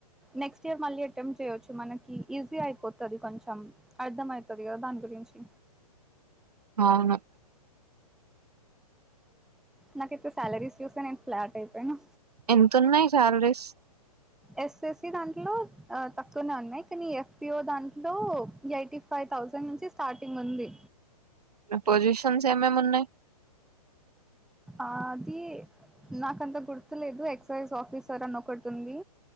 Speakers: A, in the centre; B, on the right.
A: నెక్స్ట్ ఇయర్ మళ్ళీ అటెంప్ట్ చేయొచ్చు మనకి ఈజీ అయిపోతది కొంచెం అర్థం అయితది కదా దాని గురించి
B: ఆవును
A: నాకైతే సాలరీస్ చూస్తే నేను ఫ్లాట్ అయిపోయాను
B: ఎంతున్నాయి సాలరీస్
A: ఎస్ఎస్సి దాంట్లో ఆ తక్కువనే ఉన్నాయి కానీ ఎఫ్బిఓ దాంట్లో యైటిఫ్ ఫైవ్ థౌజండ్ నుంచి స్టార్టింగ్ ఉంది
B: పొజిషన్స్ ఏమేమున్నాయ్
A: ఆది నాకంత గుర్తులేదు ఎక్సైజ్ ఆఫీసర్ అనొకటుంది